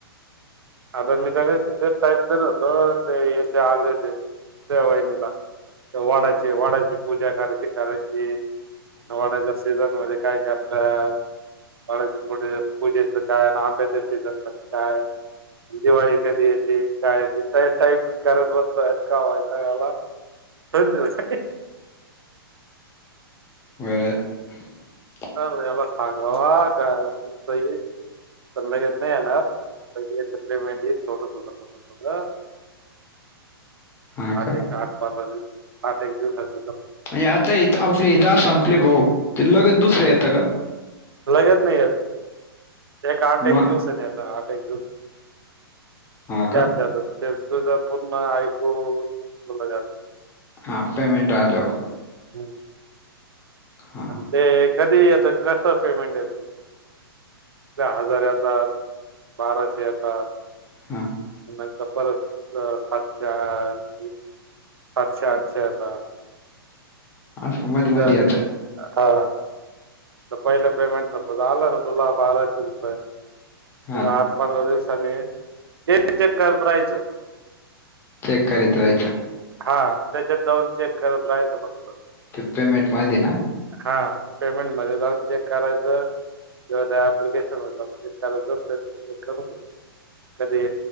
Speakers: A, on the right; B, on the left.
A: आता मी <unintelligible> टाईप करत होतो ते याचे आले ते त्या वहिनीला त्या वडाची वडाची पूजा करायची करायची वडाच्या सीझनमध्ये काय करतात वडाच्या पुढं पूजेच काय अन् आंब्याच्या सीझनमध्ये काय दिवाळी कधी येेते काय येते त्या टाईपच करत बस त इतका वैताग आला दोन दिवस
B: <unintelligible>
A: च याला सांगावा का त येईल पण लगेच नाही येणार पहिली एकच <unintelligible> थोडं थोडं थोडं थोडं
B: हा
A: आठ
B: का
A: एक आठ पंधरा दिवस आठ एक दिवस
B: आणि आता आपली दास आपली भाऊ ते लगत दुसरे येतं का?
A: लगेच नाही येत, एक आठ एक
B: मग
A: दिवसांनी येतं आठ एक दिवस
B: हा का
A: कॅब जातात तुझं पुर्ण आयको तुला जात
B: हाफ पेमेंट आलं.
A: हम्म
B: हा
A: आणि ते कधी आता कस पेमेंट येत हजार येतात बाराशे येतात
B: हा.
A: नंतर परत सातशे म्हणजे सातशे आठशे येतात.
B: आस मधी
A: जर
B: मधी येत.
A: हा पहिलं पेमेंट आला ना तुला बाराशे रुपये
B: हा
A: आठ पंधरा दिवसानी ते चेक करत राहायचं.
B: चेक करीत राहायचं.
A: हा त्याच्यात जाऊन चेक करत राहायचं फक्त
B: ते पेमेंट मध्ये ना
A: हा. पेमेंट मध्ये जाऊन चेक करायचं, नाही तर एप्लिकेशन वर जाऊन चेक करायचं, पेमेंट चेक करून घ्यायचं कधी